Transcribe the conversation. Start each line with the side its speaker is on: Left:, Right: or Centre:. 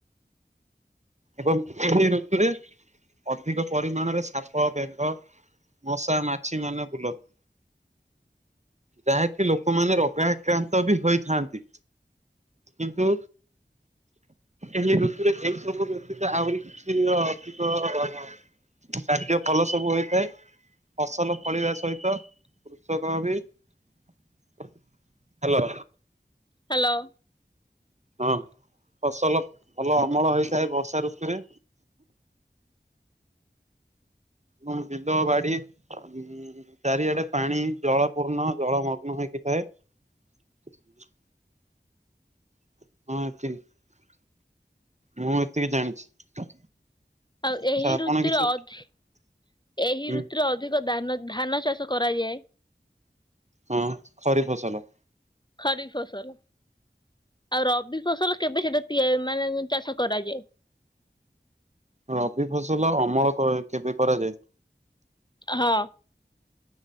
Right: ଏବଂ ଏହି ଋତୁରେ ଅଧିକ ପରିମାଣରେ ସାପ ବେଙ୍ଗ ମଶା ମାଛି ମାନେ ବୁଲନ୍ତି। ଯାହାକି ଲୋକମାନେ ରୋଗା ଆକ୍ରାନ୍ତ ବି ହୋଇଥାନ୍ତି। କିନ୍ତୁ ଏହି ଋତରେ ଏହି ସବୁ ଆହୁରି କିଛି ଅଧିକ କାର୍ଯ୍ୟ ଭଲ ସବୁ ହୋଇଥାଏ। ଫସଲ ଫଳିବା ସହିତ କୃଷକ ବି ହ୍ୟାଲୋ।
Left: ହ୍ୟାଲୋ।
Right: ହଁ ଫସଲ ଭଲ ଅମଳ ହେଇଥାଏ ବର୍ଷା ଋତୁରେ। ହଁ ବିଲ ବାଡି ଚାରିଆଡେ ପାଣି ଜଳ ପୂର୍ଣ୍ଣ ଜଳମଗ୍ନ ହେଇକିଥାଏ। ହ <inaudible> <unintelligible> ମୁଁ ଏତିକି ଜାଣିଛି।
Left: ଆଉ
Right: ଆଚ୍ଛା
Left: ଏହି
Right: ଆପଣ
Left: ଋତୁରେ
Right: କିଛି
Left: ଅଧିଏହି
Right: ହୁଁ
Left: ଋତୁରେ ଅଧିକ ଦାନ ଧାନ ଚାଷ କରାଯାଏ।
Right: ହଁ ଖରି ଫସଲ।
Left: ଖରି ଫସଲ ଆଉ ରବି ଫସଲ କେବେ ସେଟା? ମାନେ ଚାଷ କରାଯାଏ।
Right: ରବି ଫସଲ ଅମଳ ଅ କେବେ କରାଯାଏ?
Left: ହ।